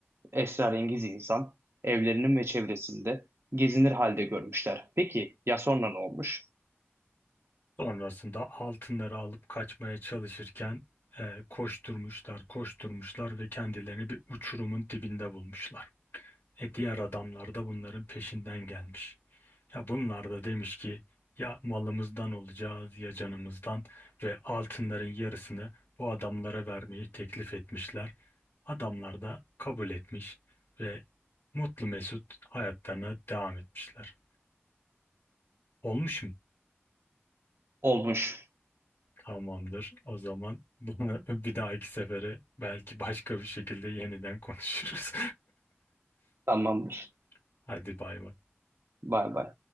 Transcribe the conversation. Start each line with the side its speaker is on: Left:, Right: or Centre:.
Right: esrarengiz insan evlerinin ve çevresinde gezinir halde görmüşler. Peki ya sonra ne olmuş?
Left: Sonrasında altınları alıp kaçmaya çalışırken e, koşturmuşlar, koşturmuşlar ve kendilerini bir uçurumun dibinde bulmuşlar. E diğer adamlar da bunların peşinden gelmiş. Ya bunlar da demiş ki ya malımızdan olacağız ya canımızdan ve altınların yarısını bu adamlara vermeyi teklif etmişler. Adamlar da kabul etmiş ve mutlu mesut hayatlarına devam etmişler. Olmuş mu?
Right: Olmuş.
Left: Tamamdır. O zaman bunu <laughs> bir dahaki sefere belki başka bir şekilde yeniden konuşuruz.
Right: Tamamdır.
Left: <laughs> Hadi bay bay.
Right: Bay bay.